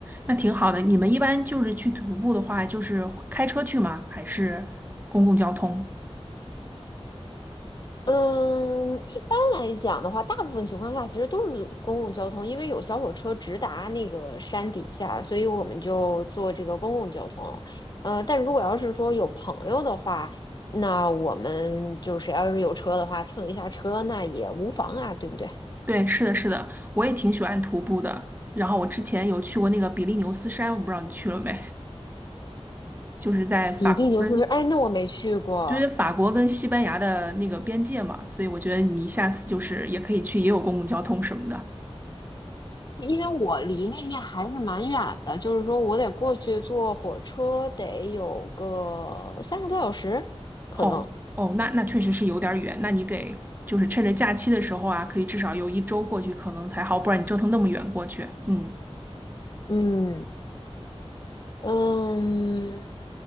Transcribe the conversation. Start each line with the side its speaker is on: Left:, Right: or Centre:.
Right: 那挺好的。你们一般就是去徒步的话，就是开车去吗？还是公共交通？
Left: 嗯，一般来讲的话，大部分情况下其实都是公共交通，因为有小火车直达那个山底下，所以我们就坐这个公共交通。呃，但如果要是说有朋友的话，那我们就谁要是有车的话，蹭一下车那也无妨啊，对不对？
Right: 对，是的，是的，我也挺喜欢徒步的。然后我之前有去过那个比利牛斯山，我不知道你去了没，就是在法国跟
Left: 比利牛斯是，哎，那我没去过，
Right: 就是法国跟西班牙的那个边界嘛，所以我觉得你下次就是也可以去，也有公共交通什么的。
Left: 因为我离那面还是蛮远的，就是说我得过去坐火车，得有个三个多小时，可能，
Right: 哦哦，那那确实是有点儿远，那你给就是趁着假期的时候啊，可以至少有一周过去，可能才好，不然你折腾那么远过去，嗯。
Left: 嗯。嗯，